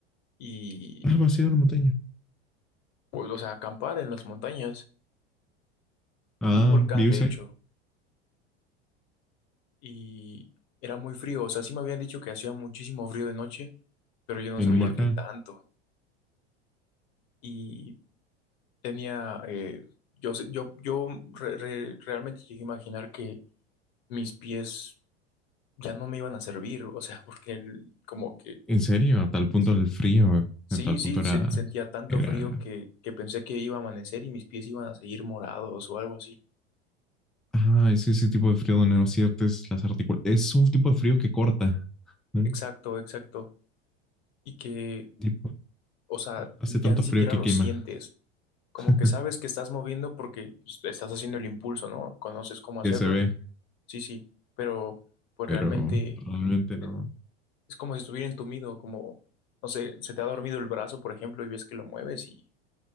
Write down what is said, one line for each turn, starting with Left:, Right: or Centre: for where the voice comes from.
Left: y
Centre: Ah, vacío de la montaña.
Left: Pues, o sea, acampar en las montañas,
Centre: Ah,
Left: en un volcán
Centre: vives
Left: de hecho,
Centre: ahí,
Left: y era muy frío, o sea, sí me habían dicho que hacía muchísimo frío de noche, pero yo no
Centre: en
Left: sabía
Centre: un volcán.
Left: qué tanto, y tenía, eh, yo, sé- yo, yo re- re- realmente llegué a imaginar que mis pies ya no me iban a servir, o sea, <laughs> porque el- como que,
Centre: En serio, a tal punto
Left: sí,
Centre: el frío,
Left: sí,
Centre: a tal
Left: sí,
Centre: punto era,
Left: se- sentía tanto
Centre: era,
Left: frío que, que pensé que iba a amanecer y mis pies iban a seguir morados o algo así.
Centre: ah, es ese tipo de frío donde no sientes las articulaciones. Es un tipo de frío que corta, ¿no?
Left: Exacto, exacto. Y que
Centre: Tipo,
Left: o sea,
Centre: hace
Left: ya
Centre: tanto
Left: ni
Centre: frío
Left: siquiera
Centre: que
Left: lo
Centre: quema,
Left: sientes. Como
Centre: <laughs>
Left: que sabes que estás moviendo porque pues, estás haciendo el impulso, ¿no? Conoces cómo hacerlo.
Centre: que se ve,
Left: Sí, sí, pero pues
Centre: pero
Left: realmente
Centre: realmente no.
Left: eh, es como si estuviera entumido, como, no sé, se te ha dormido el brazo, por ejemplo, y ves que lo mueves y...